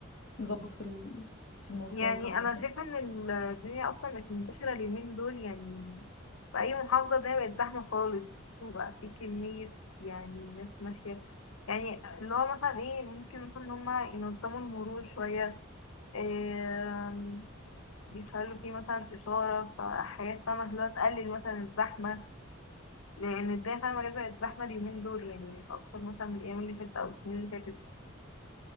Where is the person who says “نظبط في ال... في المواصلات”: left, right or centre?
Left